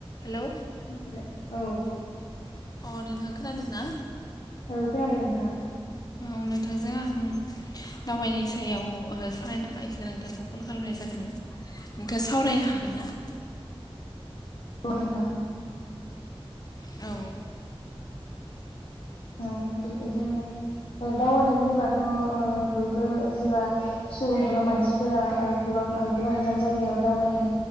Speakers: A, on the left; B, on the left.
A: Hello
B: हेल' औ
A: अ नोंथां खोनादोंना
B: औ खोनादों नोंथां
A: औ नोंथांजों आं दावबायनायनि सायाव सावरायनो थाखायसो नोंथांखौ कल खालामनाय जादोंमोन नोंथाङा सावरायनो हागोन ना
B: ओ हागोन नोंथां
A: औ
B: औ बेजों दावबायनाय बुङोब्लाथ' ओ बयबो जेबा सुबुं एबा मानसिफोरा गोबां गोबां गोजान गोजान जायगायाव दावबायनो